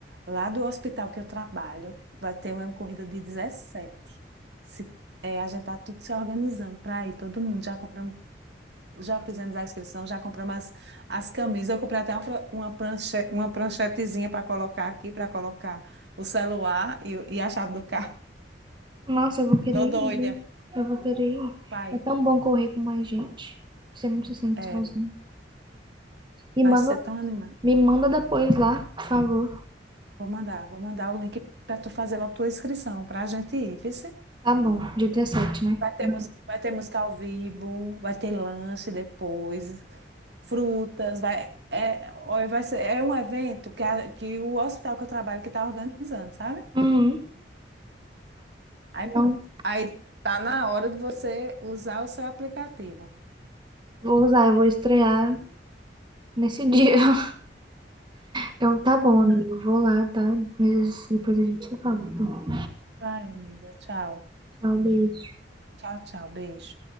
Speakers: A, on the right; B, on the right.
A: Lá do hospital que eu trabalho, vai ter uma corrida de 17. Se, é, a gente tá tudo se organizando para ir, todo mundo. Já compramos, já fizemos a inscrição, já compramos as, as camisas. Eu comprei até uma, pra- uma, pranche, uma pranchetezinha para colocar aqui, para colocar o celular e, o- e a chave do carro.
B: Nossa, eu vou querer
A: Tô doida.
B: ir, viu? Eu vou querer ir.
A: Pai,
B: É tão bom correr com mais gente. Você não se sente
A: é,
B: sozinho. Me
A: vai
B: manda,
A: ser tão animado.
B: me manda depois lá, por favor.
A: Vou mandar, vou mandar o link para tu fazer logo tua inscrição, para a gente ir, viu?
B: Tá bom, dia 17, né?
A: Vai ter,
B: Não.
A: mus- vai ter música ao vivo, vai ter lanche depois, frutas, vai, é, olha, vai ser, é um evento que, a- que o hospital que eu trabalho que está organizando, sabe?
B: Uhum.
A: Aí pronto.
B: Não.
A: Aí tá na hora de você usar o seu aplicativo.
B: Vou usar, eu vou estrear nesse dia. <laughs> Então tá bom, amigo.
A: <laughs>
B: Eu vou lá, tá? Mas depois a gente se fala. Então,
A: Vai, amiga. Tchau.
B: tchau, beijo.
A: Tchau, tchau. Beijo.